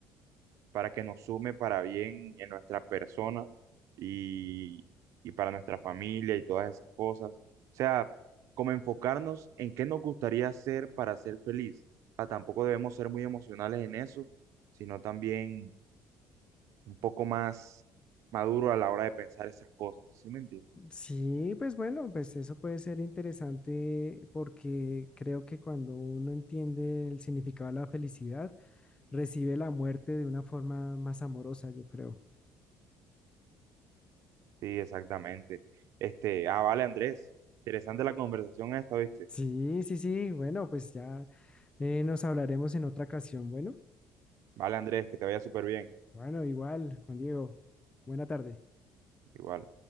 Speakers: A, on the right; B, on the left.
A: para que nos sume para bien en nuestra persona y, y para nuestra familia y todas esas cosas. O sea, como enfocarnos en qué nos gustaría hacer para ser feliz. O sea, tampoco debemos ser muy emocionales en eso, sino también un poco más maduro a la hora de pensar esas cosas. ¿Sí me entiendes?
B: Sí, pues bueno, pues eso puede ser interesante porque creo que cuando uno entiende el significado de la felicidad, recibe la muerte de una forma más amorosa, yo creo.
A: Sí, exactamente. Este, ah, vale, Andrés. Interesante la conversación esta, ¿viste?
B: Sí, sí, sí, bueno, pues ya eh, nos hablaremos en otra ocasión. Bueno,
A: Vale, Andrés, que te vaya súper bien.
B: bueno, igual, Juan Diego, buena tarde.
A: Igual.